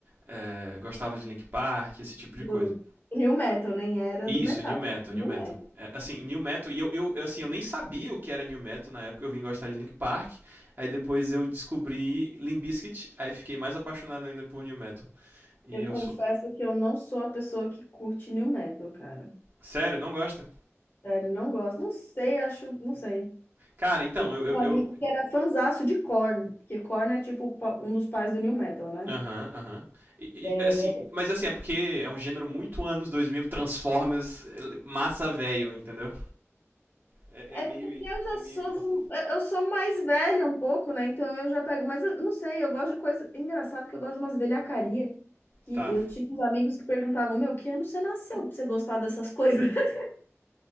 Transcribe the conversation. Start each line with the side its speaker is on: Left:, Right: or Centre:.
Right: é, gostava de Linkin Park, esse tipo de
Left: do
Right: coisa.
Left: New Metal, nem era
Right: Isso,
Left: do metal,
Right: New Metal,
Left: era do
Right: New
Left: New
Right: Metal.
Left: Metal.
Right: É, assim, New Metal, e eu, eu, eu, assim, eu nem sabia o que era New Metal na época, eu vim gostar de Linkin Park, aí depois eu descobri Limp Bizkit, aí fiquei mais apaixonado ainda por New Metal. E
Left: Eu
Right: eu
Left: confesso
Right: sou...
Left: que eu não sou a pessoa que curte New Metal, cara.
Right: Sério, não gosta?
Left: Sério, não gosto. Não sei, acho, não sei.
Right: Cara, então,
Left: Eu tinha
Right: eu. eu-
Left: um amigo
Right: eu-
Left: que era fanzaço de Korn, porque Korn é tipo pa- um dos pais do New Metal, né?
Right: Aham, aham. E-
Left: É,
Right: e, Assim, mas assim, é porque é um gênero muito anos 2000, Transformers, ele- massa velho, entendeu? É,
Left: É
Right: é meio.
Left: porque eu já
Right: É meio
Left: sou
Right: isso.
Left: do, eu sou mais velha um pouco, né? Então eu já pego, mas eu não sei, eu gosto de coisa engraçado que eu gosto de umas velhacaria, que
Right: Tá.
Left: eu tinha uns amigos que perguntavam, meu, que ano você nasceu pra você gostar dessas coisas? <laughs>